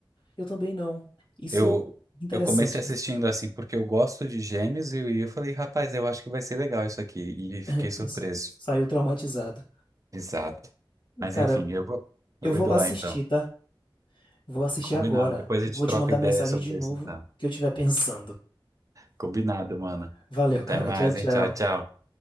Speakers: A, on the left (about 65°); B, on the right (about 40°).
A: Eu também não. Isso
B: Eu,
A: interessante,
B: eu comecei
A: cara.
B: assistindo assim, porque eu gosto de Gêmeos, e eu, e eu falei, rapaz, eu acho que vai ser legal isso aqui, e fiquei
A: <laughs>
B: surpreso.
A: Isso. Saiu traumatizado.
B: Exato. Mas
A: Cara,
B: enfim, eu vou,
A: eu
B: eu
A: vou
B: vou indo
A: lá
B: lá
A: assistir,
B: então.
A: tá? Vou assistir
B: Combinado.
A: agora.
B: Depois
A: Eu
B: a gente
A: vou
B: troca
A: te mandar
B: ideia
A: mensagem
B: sobre
A: de novo
B: isso, então.
A: o que eu estiver pensando.
B: Combinado, mano.
A: Valeu,
B: Até
A: cara.
B: mais,
A: Tchau, tchau.
B: hein? Tchau, tchau.